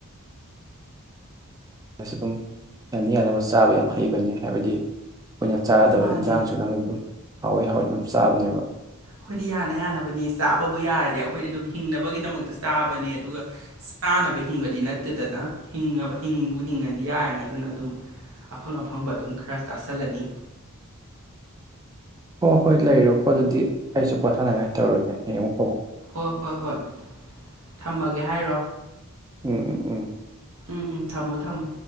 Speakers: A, on the right; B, on the right.
A: ꯑꯩꯁꯨ ꯗꯨꯝ ꯌꯥꯅ ꯌꯥꯕ ꯆꯥꯕ ꯌꯥꯝ ꯍꯩꯕꯅꯤ ꯍꯥꯏꯕꯗꯤ ꯑꯩꯈꯣꯏꯅ ꯆꯥꯗꯕ
B: ꯃꯥꯅꯦ
A: ꯏꯟꯖꯥꯡꯖꯨ ꯅꯪꯅꯗꯤ ꯑꯗꯨꯝ ꯍꯥꯎꯋꯦ ꯍꯥꯎꯋꯦ ꯑꯗꯨꯝ ꯆꯥꯕꯅꯦꯕ
B: ꯑꯩꯈꯣꯏꯗꯤ ꯌꯥꯅ ꯌꯥꯅꯕꯅꯤ ꯆꯥꯕꯕꯨ ꯌꯥꯔꯗꯤ ꯑꯩꯈꯣꯏꯗꯤ ꯑꯗꯨꯝ ꯍꯤꯡꯅꯕꯒꯤꯗꯃꯛꯇ ꯆꯥꯕꯅꯦ ꯑꯗꯨꯒ ꯆꯥꯅꯕ ꯍꯤꯡꯕꯗꯤ ꯅꯠꯇꯦꯗꯅ ꯍꯤꯡꯉꯥꯕ ꯍꯤꯡꯕꯨ ꯍꯤꯡꯉꯗꯤ ꯌꯥꯔꯦꯅ ꯑꯗꯨꯅ ꯑꯗꯨꯝ ꯑꯐꯪ-ꯑꯐꯪꯕ ꯑꯗꯨꯝ ꯈꯔ ꯆꯥꯁꯜꯂꯅꯤ
A: ꯑꯣ ꯍꯣꯏ ꯂꯩꯔꯣꯀꯣ ꯑꯗꯨꯗꯤ ꯑꯩꯁꯨ ꯄꯣꯠꯊꯥꯅꯤꯡꯉꯥꯏ ꯇꯧꯔꯒꯦ ꯍꯌꯦꯡꯃꯨꯛ
B: ꯍꯣꯏ ꯍꯣꯏ ꯍꯣꯏ ꯊꯝꯃꯒꯦ ꯍꯥꯏꯔꯣ
A: ꯎꯪꯎꯝ
B: ꯎꯪꯎꯪꯊꯝꯃꯣ ꯊꯝꯃꯣ